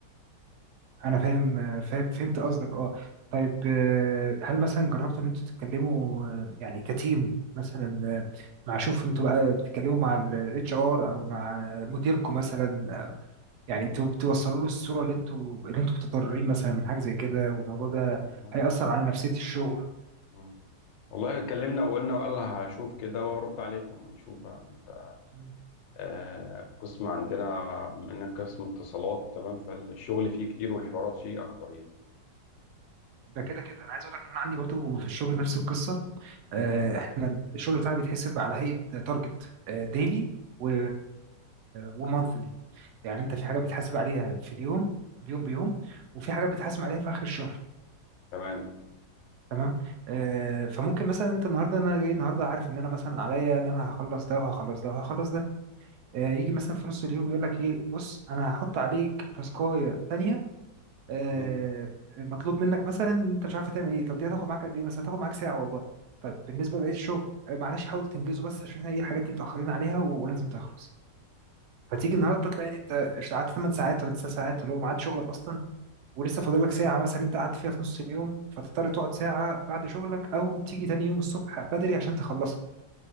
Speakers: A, on the right (about 70°); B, on the left (about 85°).
A: انا فاهم آه، فاهم فهمت قصدك اه طيب آه، هل مثلا جربتوا ان انتوا تتكلموا آه، يعني كتيم مثلا آه، مع شوف انتوا بقى بتتكلموا مع الاتش ار او مع مديركم مثلا آه، يعني تو- توصلوا له الصوره اللي انتوا اللي انتوا متضررين مثلا من حاجه زي كده والموضوع ده
B: والله
A: هيأثر
B: يعني.
A: على نفسية الشغل
B: مم. والله اتكلمنا وقلنا وقال هشوف كده وارد عليكم نشوف بقى انت
A: مم.
B: آه، قسم عندنا بما انك قسم اتصالات تمام فالشغل فيه كتير والحوارات فيه اكتر يعني
A: ده
B: تمام
A: كده كده انا عايز اقول لك ان انا عندي برضو في الشغل نفس القصه آه،
B: مم،
A: احنا الشغل بتاعنا بيتحسب على هيئه تارجت ديلي و ومانثلي يعني
B: تمام
A: انت في حاجه بتحاسب عليها في اليوم اليوم بيوم وفي حاجه بتحاسب عليها في اخر الشهر
B: تمام.
A: تمام آه، فممكن مثلا انت النهارده انا جاي النهارده عارف ان انا مثلا عليا ان انا هخلص ده وهخلص ده وهخلص ده آه، يجي مثلا في نص اليوم يقول لك ايه بص انا هحط عليك تاسكايه تانيه آه،
B: مم،
A: مطلوب منك مثلا إن انت مش عارف تعمل ايه طب دي هتاخد معاك قد ايه مثلا هتاخد معاك ساعه والله طيب بالنسبه لبقيه الشغل آه، معلش حاول تنجزه بس عشان احنا ايه الحاجات دي متاخرين عليها ولازم تخلص فتيجي النهارده تلاقي إن انت اشت- قعدت 8 ساعات ولا 9 ساعات اللي هو ميعاد شغلك اصلا ولسه فاضل لك ساعه مثلا انت قعدت فيها في نص اليوم فتضطر تقعد ساعه بعد شغلك او تيجي تاني يوم الصبح بدري عشان تخلصها